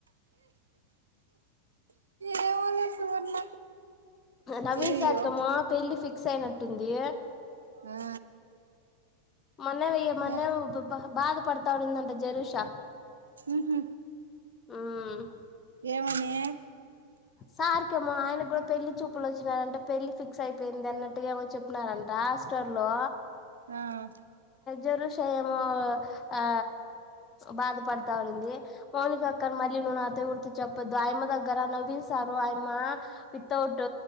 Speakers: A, on the right; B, on the left.
A: ఏమోలే సువర్ణ.
B: నవీన్
A: అయ్యయ్యో
B: సార్కమ్మా పెళ్లిి ఫిక్స్ అయినట్టుంది.
A: ఆ
B: మొన్న మొన్న
A: ఏ
B: బాధ పడతా ఉడుందంట జరూషా.
A: ఉమ్.
B: ఉమ్.
A: ఏమని.
B: సార్కిేమో ఆయనకు కూడా పెళ్ళలి చూపులు వచ్చినారంటే పెళ్లిి ఫిక్స్ అయిపోయింది అన్నట్టుగా ఏమో చెప్ప్పినారంట. లాస్ట్ ఇయర్ లో
A: ఆ
B: జరుష ఏమో ఆ. బాధపడతా ఉంది మౌనిక అక్కడ మళ్ళీ నువ్వు అత గుర్తి చెప్పొద్దు ఆయమ దగ్గరన్న. హాయ్ అమ్మ వితౌట్.